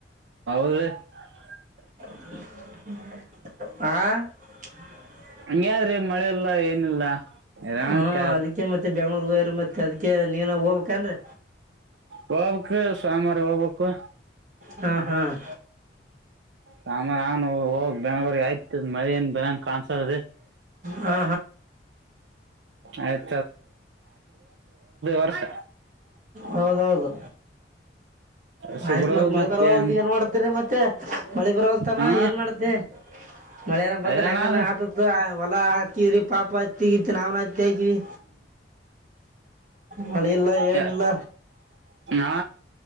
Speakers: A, on the right; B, on the right.
A: <unintelligible>
B: ಆ
A: ಹಂಗ್ಯಾದ್ರಿ ಮಳೆ ಇಲ್ಲ ಏನಿಲ್ಲ ಇರಂಕ
B: ಹಾ ಅದಕ್ಕೆ ಮತ ಬೆಂಗಳೂರು ಹೋಗ್ಯಾರ ಮತ ಅದಕ್ಕೆ ನೀನ ಹೋಗ್ಬೇಕೆನ್ರಿ
A: ಹೋಗ್ಬೇಕ್ರೀ ಸೋಮವಾರ ಹೋಗ್ಬೇಕು.
B: ಹ್ಮ್ ಹ್ಮ್
A: ಸೋಮಾರ ನಾನು ಹೋಗಿ ಬೆಂಗಳೂರು ಹತ್ತಿ ಮಳಿ ಏನ್ ಬೀಳ ಕಾಣ್ಸತೈತಿ
B: ಹಾ
A: ಆಯ್ತು ವರ್ಷ
B: ಹೌದ ಹೌದು
A: ಆಸಿ
B: ಆಯ್ತ್
A: ಬಿಡ್ಬೇಕ್
B: ಮತ್ ಮಳೆ
A: ಮತ್ತೆ
B: ಬರವಲ್ದು ಏನ್ ಮಾಡ್ತೀರಿ ಮತ್ತೆ ಮಳಿ ಬರವಲ್ತ್ ತಮ್ಮ
A: ಹಾ
B: ಏನ್ ಮಾಡತಿ ಮಳೆಅರಾ ಬಂದ್ರ
A: ಅದೇನಾದ
B: ಹೆಂಗನ ಆತುದುತೊಗೊ ಹೊಲ ತೀರಿ ಪಾಪ ಹತಿ ಗೀತಿ ನಾವ್ನು ಹತ್ತಿ ಹಾಕಿವಿ ಮಳೆ ಇಲ್ಲ ಏನಿಲ್ಲ
A: ಯ ಹಾ..